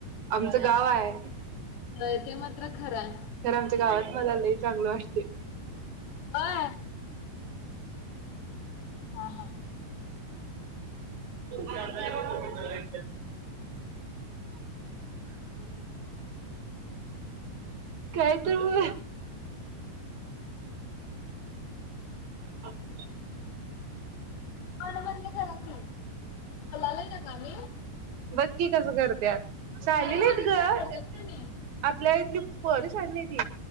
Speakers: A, on the left; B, on the right.
A: होय.
B: आमचं गाव हाय.
A: होय ते मात्र खरं हाय.
B: तर आमच्या गावात मला लई चांगलं वाटते.
A: <inaudible> हा ह.
B: ह <inaudible>
A: आणि काय म?
B: <inaudible> काय ते मु <inaudible>
A: तोंड बंद करा की बोलायलो नाग आम्ही.
B: बघ की कसं करतेत. शाहणी
A: मधी
B: नाहीत
A: मधीच
B: ग.
A: बंद पडत्यात कणी.
B: आपल्या इथली पोर शहाणी नाही ती.